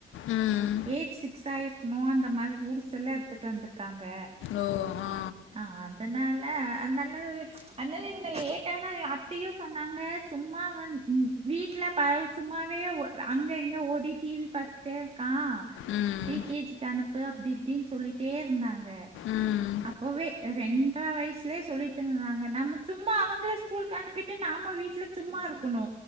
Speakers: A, on the left (about 80°); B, on the right (about 30°).
A: ம். ம்.
B: ஏஜ் சிக்ஸ் ஆய்ருக்கணு அந்த மாரி ரூல்ஸ் எல்லா எட்த்துட்டு வந்துருக்கு க்காங்க
A: ஓ! ஆ.
B: ஆ அதனால அ அன்னால இ இல்ல லேட்டா தா எ, அத்தையு ஸ் சொன்னாங்க சும்மா வந் ம் வீட்ல பௌ சும்மாவே ஒ, அங்க இங்க ஓடி டி வி பா பாத்துட்டே இருக்கா
A: ம்.
B: ஃப்ரீ கே ஜிக்கு அனுப்பு அப்டி இப்டின் சொல்லிட்டே இருந்தாங்க
A: ம்.
B: அப்பவே ரெண்ர வயசுலே சொல்லிட்டு இருந்தாங்க நம்ம சும்மா அவங்கள ஸ்கூலுக்கு அனுப்பிட்டு நா நம்ம வீட்ல சும்மாருக் குணு